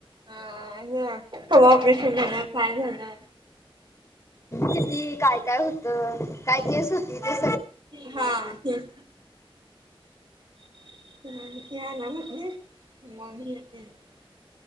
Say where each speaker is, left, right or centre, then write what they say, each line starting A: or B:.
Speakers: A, on the right (about 60°); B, on the left (about 30°).
A: अ क ऑपरेशन झालं पाय झालं.
B: किती काय काय होतं काय केस होती ते
A: हा, हम्म. <unintelligible>